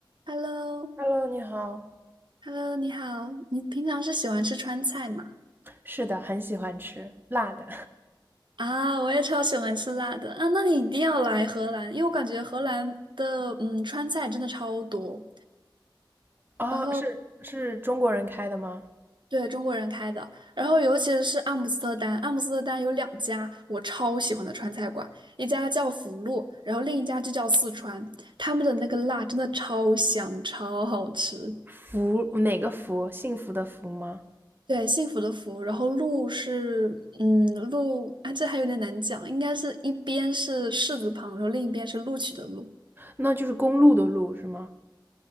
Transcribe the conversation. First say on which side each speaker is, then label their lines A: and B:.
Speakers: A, on the right (about 65°); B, on the right (about 25°).
A: h e l l o
B: Hello，你好。
A: h e l l o 你好，你平常是喜欢吃川菜吗？
B: 是的，很喜欢吃辣的。
A: 啊，我也超喜欢吃辣的啊，那你一定要来荷兰，因为我感觉荷兰的嗯川菜真的超多，
B: <laughs> 哦，
A: 然后
B: 是是中国人开的吗？
A: 对中国人开的，然后尤其是阿姆斯特丹，阿姆斯特丹有两家我超喜欢的川菜馆，一家叫福禄，然后另一家就叫四川，他们的那个辣真的超香，超好吃。
B: 福，哪个福？幸福的福吗？
A: 对，幸福的福，然后鹿是，嗯，鹿啊，这还有点难讲，应该是一边是士字旁，然后另一边是录取的录，
B: 那就是公路的路是吗？